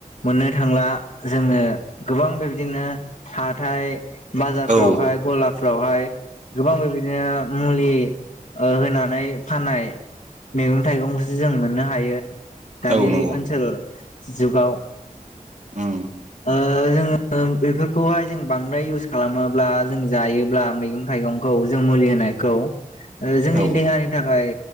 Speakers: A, on the left; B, on the right.
A: मोननो थांला जोंङो गोबां बेबदिनो हाथाय बाजारफ्रावहा
B: औ
A: गलाफ्रावहाय गोबां बेबायदिनो मुलि ओ होनानै फाननाय मैगं-थाइगंखौसो जों मो ननो हायो दानि
B: औ नंगौ
A: ओनसोल जुगाव।
B: उम
A: ओ जोंङो बेफोरखौहाय जों बांद्राय इउस खालामोब्ला जों जायोब्ला मैगं-थाइगं खौ जों मुलि होनायखौ ओ जोंनि
B: औ
A: देहानि थाखाय